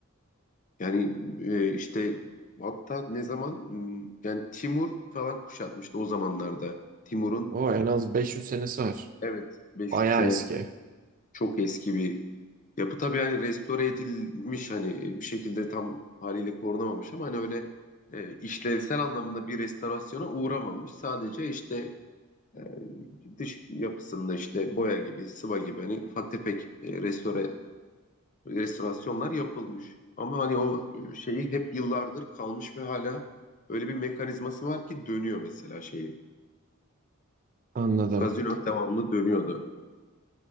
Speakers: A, on the left (about 35°); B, on the right (about 40°).
A: Yani e, işte hatta ne zaman hmm, yani Timur falan kuşatmıştı o zamanlarda. Timur'un
B: O en az 500 senesi var.
A: evet 500
B: Bayağı
A: sene
B: eski.
A: çok eski bir yapı tabii yani restore edilmiş hani bir şekilde tam haliyle korunamamış ama hani öyle e, işlevsel anlamda bir restorasyona uğramamış. Sadece işte e, dış yapısında işte boya gibi, sıva gibi hani ufak tefek e, restore restorasyonlar yapılmış. Ama hani o e, şeyi hep yıllardır kalmış ve hala öyle bir mekanizması var ki dönüyor mesela şeyi.
B: Anladım.
A: Kazino devamlı dönüyordu.